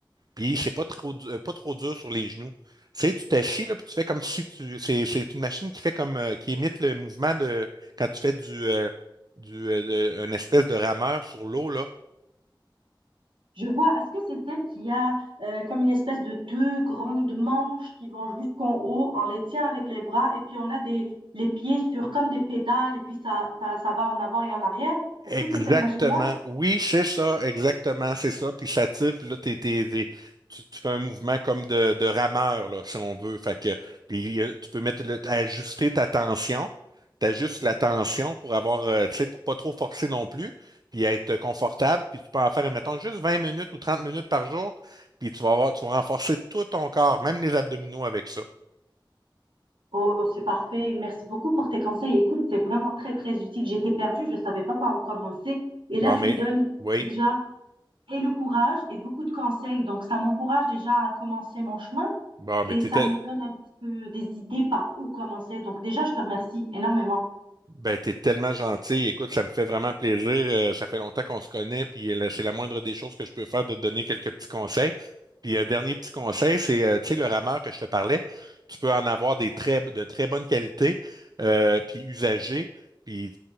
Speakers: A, on the right (about 50°); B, on the right (about 80°).
A: Puis c'est pas trop, du- euh, pas trop dur sur les genoux. Tu sais, tu t'assis, là, puis tu fais comme si tu. C'est c'est une machine qui fait comme euh, qui imite le mouvement de quand tu fais du, euh, du euh, de- une espèce de rameur sur l'eau, là.
B: Je vois, est-ce que c'est celle qui a euh, comme une espèce de deux grandes manches qui vont jusqu'en haut, on les tient avec les bras et puis on a des, les pieds sur comme des pédales et puis ça, ça, ça va en avant et en arrière. Est-ce
A: Exactement.
B: que c'est cette machine-là?
A: Oui, c'est ça, exactement, c'est ça. Puis ça tire, puis là, t'es, t'es- t'es- tu, tu fais un mouvement comme de, de rameur, là, si on veut. Fait que, puis euh, tu peux mettre le- ajuster ta tension. T'ajustes la tension pour avoir, euh, tu sais, pour pas trop forcer non plus, puis être confortable. Puis tu peux en faire, mettons, juste 20 minutes ou 30 minutes par jour, puis tu vas avoir, tu vas renforcer tout ton corps, même les abdominaux avec ça.
B: Oh, c'est parfait. Merci beaucoup pour tes conseils. Écoute, c'est vraiment très, très utile. J'étais perdue, je ne savais pas par où commencer. Et là,
A: Bon,
B: tu
A: mais,
B: me donnes
A: oui.
B: déjà et le courage et beaucoup de conseils. Donc, ça m'encourage déjà à commencer mon chemin
A: Bon, mais
B: et
A: t'étais.
B: ça me donne un petit peu des idées par où commencer. Donc, déjà, je te remercie énormément.
A: Ben, t'es tellement gentil. Écoute, ça me fait vraiment plaisir. Euh, ça fait longtemps qu'on se connaît, puis euh, c'est la moindre des choses que je peux faire de te donner quelques petits conseils. Puis un dernier petit conseil, c'est, euh, tu sais, le rameur que je te parlais, tu peux en avoir des très, de très bonne qualité, euh, puis usagé, puis